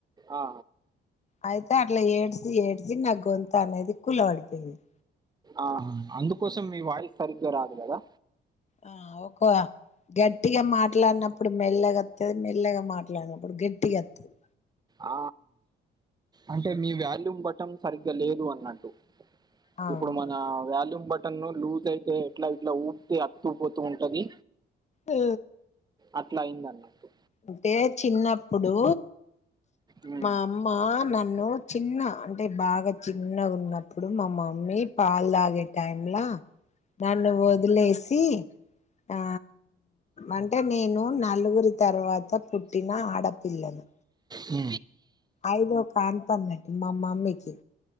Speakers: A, on the right; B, on the left.
A: ఆ
B: అయితే అట్లా ఏడ్చి ఏడ్చి నా గొంతానేది కుళ్లాబడిపోయింది
A: ఆహా అందుకోసం మీ వాయిస్ సరిగ్గా రాదు కదా
B: ఆ ఒక్క గట్టిగా మాట్లాడినప్పుడు మెల్లగా వత్తది మెల్లగా మాట్లాడినప్పుడు గట్టిగా వత్తది
A: ఆ అంటే మీ వేల్యూమ్ బటన్ సరిగ్గా లేదు అన్నట్టు
B: అట్లా
A: ఇప్పుడు
B: ఉమ్
A: మన వ్యాల్యూమ్ బటన్ను లూజ్ అయితే ఎట్లా ఇట్లా ఊపితే అతుకుపోతూ ఉంటంది
B: అ
A: అట్లా అయిందన్నట్టు
B: అంటే చిన్నప్పుడు
A: ఉమ్,
B: మా అమ్మ నన్ను ఎన్నో చిన్న అంటే బాగా చిన్న ఉన్నప్పుడు మా మమ్మీ పాలు తాగే టైంలా నన్ను వదిలేసి ఆ అంటే నేను నలుగురి తర్వాత పుట్టిన ఆడపిల్లను
A: ఉ
B: ఐదో కన్ఫన్మాట మా మమ్మీకి